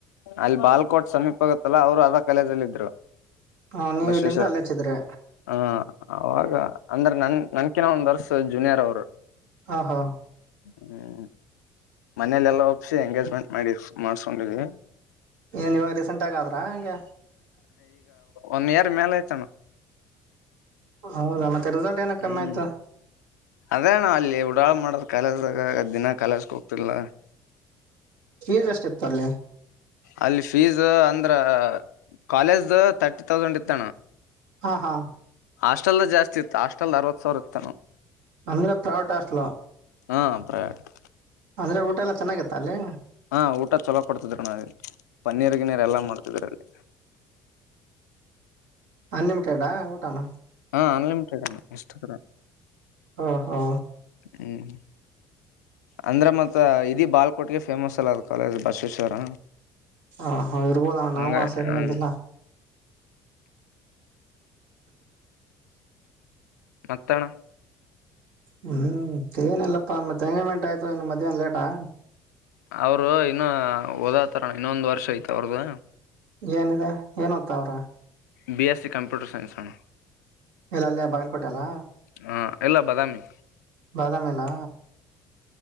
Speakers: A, on the left; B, on the right.
A: ಅಲ್ಲಿ ಬಾಲ್ಕೋಟ್ ಸಮೀಪ ಆಗತ್ತಲ್ಲ ಅವ್ರು ಅದ ಕಾಲೇಜಲ್ಲಿ ಇದ್ರು
B: ಹ ನೀವ್
A: ಬಸವೇಶ್ವರ
B: ಇಲ್ಲಿಂದ ಅಲ್ಲೇ ಹಚ್ಚಿದ್ರಿ
A: ಹಾ ಅವಾಗ ಅಂದ್ರೆ ನನ್ ನನ್ಕಿನ ಒಂದ್ರ್ಸ ಜೂನಿಯರ್ ಅವರು
B: ಹ ಹಾ
A: ಹ್ಮ ಮನೇಲೆಲ್ಲಾ ಒಪ್ಸಿ ಎಂಗೇಜ್ಮೆಂಟ್ ಮಾಡಿ ಮಾಡ್ಸ್ಕೊಂಡಿದ್ವಿ
B: ಏನ್ ಇವಾಗ ರೀಸೆಂಟ್ ಆಗ ಆದ್ರ ಹೆಂಗೆ
A: ಒಂದ ಇಯರ್ ಮೇಲೆ ಆಯ್ತಣ್ಣ
B: ಹೌದಾ ಮತ್ತೆ ರಿಸಲ್ಟ್ ಏನ ಕಮ್ಮಿ
A: ಹ್ಮ್
B: ಆಯ್ತಾ
A: ಅದೇಣ ಅಲ್ಲಿ ಉಡಾಳ್ ಮಾಡದ ಕಲಸಾಗ ದಿನ ಕಲಸಕ್ ಹೋಗ್ತಿಲ್ಲ
B: ಫೀಸ್ ಎಷ್ಟಿತ್ತು ಅಲ್ಲಿ
A: ಅಲ್ಲಿ ಫೀಸ್ ಅಂದ್ರ ಕಾಲೇಜ ತರ್ಟಿ ಡ್ ಇತ್ತ
B: ಹಾ ಹಾ
A: ಹಾಸ್ಟೆಲ್ ಜಾಸ್ತಿ ಇತ್ತ ಹಾಸ್ಟೆಲ್ ಅರವತ್ ಸಾವಿರ ಇತ್ತಣ
B: ಅಂದ್ರೆ ಪ್ರೈವೇಟ್ ಹಾಸ್ಟ್ಲ
A: ಹಾ ಪ್ರೈವೇಟ್
B: ಅಂದ್ರೆ ಊಟ ಎಲ್ಲ ಚೆನ್ನಾಗಿತ್ತ ಅಲ್ಲಿ
A: ಹಾ ಊಟ ಚಲೋ ಕೊಡ್ತಿದರು ನಾವಲ್ಲಿ ಪನ್ನೀರ್ ಗಿನೀರ್ ಎಲ್ಲಾ ಮಾಡ್ತಿದ್ರ ಅಲ್ಲಿ
B: ಅನ್ಲಿಮಿಟೆಡಾ ಊಟನ
A: ಹಾ ಅನ್ಲಿಮಟೆಡ್ ಇಷ್ಟಪ
B: ಹ ಹಾ
A: ಹ್ಮ್ ಅಂದ್ರೆ ಮತ್ ಇದಿ ಬಾಲ್ಕೋಟ್ಗೆ ಫೇಮಸ್ ಅಲ್ಲ ಅದ ಕಾಲೇಜ್ ಬಸವೇಶ್ವರ
B: ಹ ಹಾ ಇರ್ಬೋದ
A: ಹಂಗ
B: ನಾವು ಆ ಸೈಡ್
A: ಹ್ಮ
B: ಬಂದಿಲ್ಲ
A: ಮತ್ತಣ
B: ಹ್ಮ್ ಏನಲ್ಲಪ್ಪಾ ಮತ್ತ ತಂಗೈಮೆಂಟ್ ಆಯ್ತು ಇನ್ನು ಮಧ್ಯಾಹ್ನ ಲೇಟಾ
A: ಅವರು ಇನ್ನು ಓದಾತಾರಣ ಇನ್ನೊಂದ್ ವರ್ಷ ಐ್ತ ಅವ್ರ್ದ
B: ಏನಿದ ಏನ್ ಹೊತ್ತಾವ್ರ
A: B S C computer science ಹಣ್ಣ
B: ಇಲ್ಲ ಅಲ್ಲಿ ಬಗಲ್ ಕೊಟೆಲ್ಲ
A: ಹಾ ಎಲ್ಲ ಬಾದಾಮಿ
B: ಬಾದಾಮಿಲ್ಲ